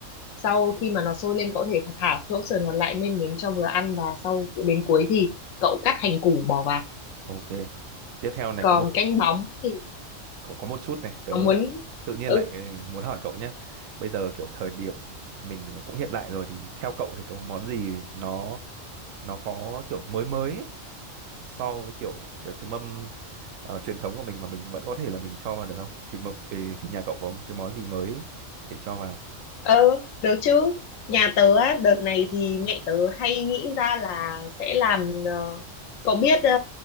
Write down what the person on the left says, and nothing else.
sau khi mà nó sôi lên cậu có thể thả chỗ sườn còn lại nêm nếm cho vừa ăn và sau đến cuối thì cậu cắt hành củ bỏ vào
còn
canh bóng thì
có muốn
ừ
Ờ, được chứ. Nhà tớ á, đợt này thì mẹ tớ hay nghĩ ra là sẽ làm ờ, cậu biết ờ,